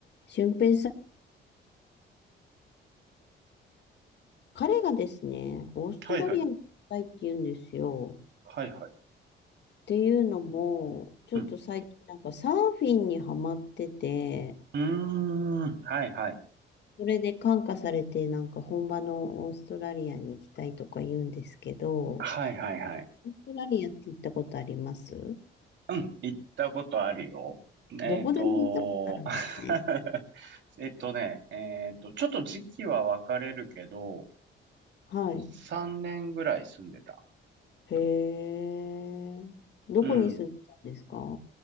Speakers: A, on the left (about 60°); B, on the right (about 65°).
A: 俊平さん、彼がですね、オーストラリアに行きたいって言うんですよ。
B: はいはい。
A: っ
B: はいはい。
A: ていうのも、ちょっと最近なんかサーフィンにハマってて、
B: うん。うーん。はいはい。
A: それで感化されてなんか本場のオーストラリアに行きたいとか言うんですけど、オ
B: はいはいはい。
A: ーストラリアって行ったことあります
B: うん。行ったことあるよ。えっと、
A: どこでも行ったことあるんですね。
B: <laughs> えっとね、えっと、ちょっと時期は分かれるけど、
A: はい。
B: 3年ぐらい住んでた。
A: へえ。どこに住んでたんですか
B: うん。